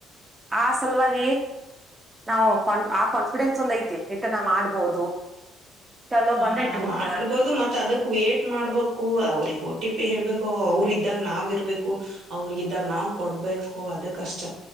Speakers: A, on the right; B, on the right.
A: ಆ ಸಲುವಾಗಿ ನಾವು ಕನ್ ಆ ಕಾನ್ಫಿಡೆನ್ಸ್ ಒಂದ ಐತಿ ರಿಟರ್ ನ್ ಮಾಡ್ಬೋದು ಚಲೋ ಬಂದ
B: ಹ
A: ಇಟ್ಕೊಂಡ
B: ಮಾಡ್ಬೋದು ಮತ್ ಅದಕ್ ವೇಟ್ ಮಾಡ್ಬೇಕು ಅವ್ರಗ್ ಊಟಿ ಹೇಳ್ಬೇಕು ಅವ್ರ ಇದಾಗ ನಾವ್ ಇರ್ಬೇಕು ಅವ್ರಗ ಇದಾಗ ನಾವ್ ಕೊಡ್ಬೇಕು ಅದು ಕಷ್ಟ